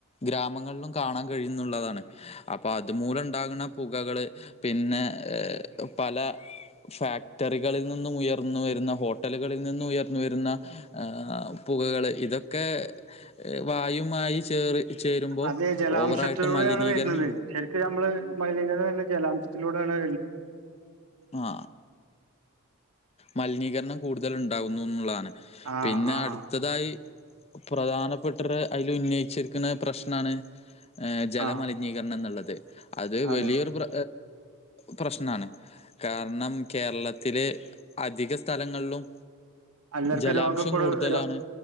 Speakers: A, on the left; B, on the right.
A: ഗ്രാമങ്ങളിലും കാണാൻ കഴിയുന്നുള്ളതാണ് അപ്പ അതുമൂലം ഉണ്ടാകുന്ന പുകകള് പിന്നെ പല ഫാക്ടറികളിൽ നിന്നും ഉയർന്ന വരുന്ന ഹോട്ടലുകളിൽ നിന്നും ഉയർന്നു വരുന്ന ആ പുകകൾ ഇതൊക്കെ വായുമായി ചേറി ചേരുമ്പോൾ
B: അതെ ജലാംശത്തിലൂടെയാണ്
A: ഓവറായിട്ട് മലിനീകരണം
B: വരുന്നത് ശരിക്കും നമ്മള് മലിനീകരണം എല്ലാം ജലാംശത്തിലൂടെ എന്താണ്
A: ആ മലിനീകരണം കൂടുതൽണ്ടാകുന്നുന്നുള്ളതാണ്
B: ആ
A: പിന്നെ
B: ആ
A: അട്ത്തതായി
B: ആ
A: പ്രധാനപ്പെട്ടര് അതിൽ ഉന്നയിച്ചിരിക്കുന്ന പ്രശ്നാണ് ഏ ജല
B: ആഹ്
A: മലിനീകരണം എന്നുള്ളത് അത്
B: അതെ
A: വലിയൊരു പ്ര പ്രശ്നാണ് കാരണം കേരളത്തില് അധിക സ്ഥലങ്ങളിലും
B: അല്ലർക്കും
A: ജലാംശം
B: രോഗപ്പള്
A: കൂടുതലാണ്
B: രോ